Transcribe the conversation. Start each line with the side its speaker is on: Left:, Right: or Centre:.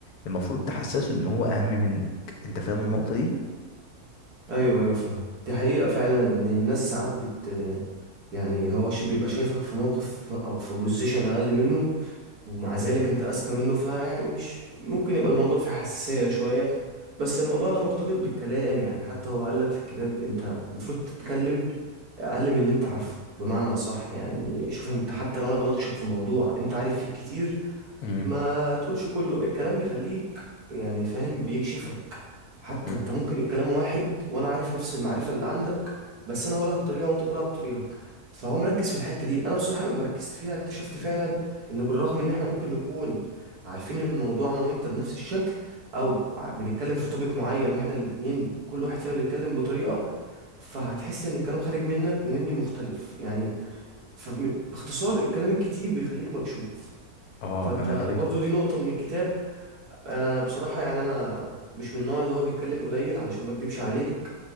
Left: المفروض تحسسه ان هو اهم منك انت فاهم النقطه دي
Right: ايوه ايوه فاهم دي حقيقة فعلا ان الناس ساعات بت يعني هو ش- بيبقى شايفك في موقف او في بوزيشن اقل منه ومع ذلك انت اذكى منه فيعني مش ممكن يبقى الموضوع فيه حساسية شوية بس الموضوع ده مرتبط بالكلام يعني حتى هو قال لك في الكتاب انت المفروض تتكلم اقل من اللي انت عارفه بمعنى صح يعني شوف انت حتى لو انا بناقشك في موضوع انت عارف فيه كتير
Left: مم.
Right: ما تقولش كله الكلام بيخليك يعني فاهم بيكشفك حتى
Left: مم.
Right: انت ممكن الكلام واحد وانا عارف نفس المعرفة اللي عندك بس انا هقولها بطريقة وانت تقولها بطريقة فهو مركز في الحتة دي انا بصراحة لما ركزت فيها اكتشفت فعلا ان بالرغم ان احنا ممكن نكون عارفين الموضوع انا وانت بنفس الشكل او ع- بنتكلم في توبيك معين واحنا الاتنين كل واحد فينا بيتكلم بطريقة فهتحس ان الكلام خارج منك ومني مختلف يعني فباختصار الكلام الكتير بيخليك مكشوف
Left: اه
Right: فانت
Left: انا فاهم
Right: برضو دي نقطة من الكتاب انا بصراحة يعني انا مش من النوع اللي هو بيتكلم قليل علشان ما اكدبش عليك